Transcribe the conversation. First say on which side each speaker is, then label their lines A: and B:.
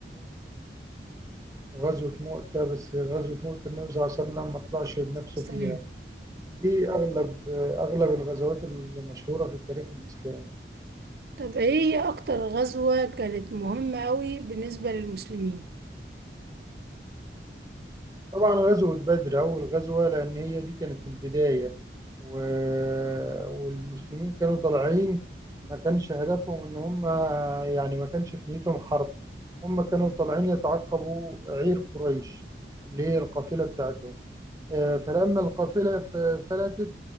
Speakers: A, on the right; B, on the right.
A: وغزوة مؤتة بس غزوة مؤتة النبي صلى الله عليه وسلم ما طلعش بنفسه
B: السلام
A: فيها دي اغلب آه، اغلب الغزوات المشهورة في التاريخ الاسلامي
B: طب ايه هي اكتر غزوه كانت مهمه قوي بالنسبه للمسلمين
A: طبعا غزوة بدر أول غزوة لأن هي دي كانت البداية و... والمسلمين كانوا طالعين ما كانش هدفهم إن هم يعني ما كانش في نيتهم حرب هم كانوا طالعين يتعقبوا عير قريش اللي هي القافلة بتاعتهم آه، فلما القافلة ف- فلتت